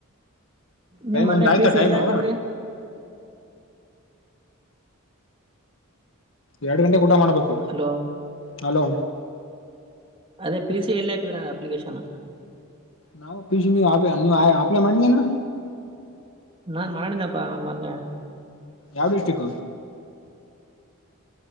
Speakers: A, on the right; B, on the left.
A: ನೀವ್
B: ಟೈಮ್
A: ಮನೆ
B: ಒಂದ್ ಆಯ್ತಾ
A: ಪೀಸ್
B: ಟೈಮು
A: ಎಲ್ಲ ಹಾಕಿದ್ರಿ
B: ಎರಡು ಗಂಟೆ ಊಟ ಮಾಡಬೇಕು
A: ಹಲೋ
B: ಹಲೋ
A: ಅದೇ ಪಿ ಸಿ ಎಲ್ಲಿ ಹಾಕಿದ್ರ ಅ ಅಪ್ಲಿಕೇಶನ್
B: ನಾವು ಪಿಚ ನೀ ಅ ನೀವು ಆಲ ಮಾಡಾ <unintelligible>
A: ನಾನ್ ಮಾಡಿನಪ್ಪಾ ಮೊನ್ನೆ
B: ಯಾವ ಡಿಸ್ಟ್ರಿಕ್
A: <inaudible>